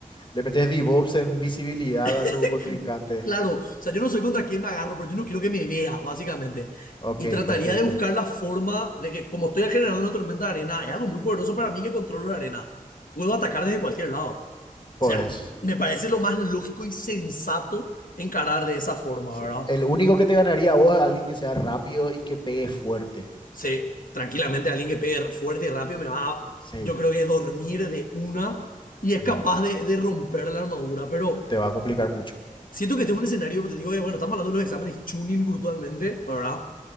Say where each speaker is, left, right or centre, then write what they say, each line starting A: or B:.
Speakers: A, on the left; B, on the left.
A: le metes DevOps en visibilidad a
B: <laughs>
A: tu contrincante.
B: Claro, o sea, yo no sé contra quién me agarro, pero yo no quiero que me veas, básicamente.
A: Ok,
B: Y trataría
A: perfecto.
B: de buscar la forma de que, como estoy generando una tormenta de arena, es algo muy poderoso para mí que controlo la arena. Puedo atacar desde cualquier lado. O
A: Pues
B: sea, me parece lo más lógico y sensato encarar de esa forma,
A: sí.
B: ¿verdad?
A: El único que te ganaría a vos es alguien que sea rápido y que pegue fuerte.
B: Sí, tranquilamente alguien que pegue fuerte y rápido me va a,
A: Sí,
B: yo creo que dormir de una y es
A: sí.
B: capaz de, de romper la armadura, pero
A: Te va a complicar mucho.
B: siento que este es un escenario, pues te digo, bueno, estamos hablando de los exámenes tuning brutalmente, ¿verdad?